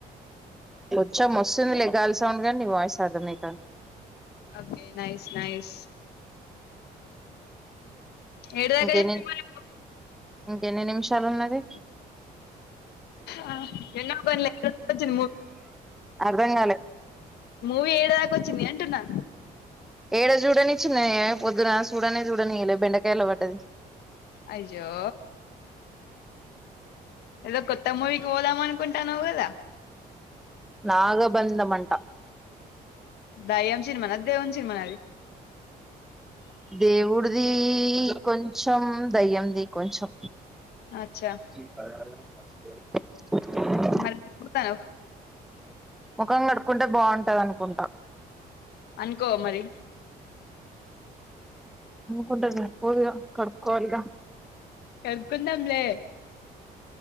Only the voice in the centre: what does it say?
కొంచం వస్తుంది లె గాలి సౌండ్ కానీ నీ వాయిస్ అర్థమైతంది
ఇంకెన్ని
ఇంకెన్ని నిమిషాలు ఉన్నది
అర్ధం కాలే
ఏడ చూడనిచ్చనే పొద్దున చూడనే చూడనియ్యాలే బెండకాయలో పడ్డది
నాగబంధం అంట
దేవుడిది కొంచెం దయ్యంది కొంచెం
<inaudible>
ముఖం కడుక్కుంటే బాగుంటది అనుకుంటా
కుంటారుగా పోదుగా కడుక్కోవాలిగా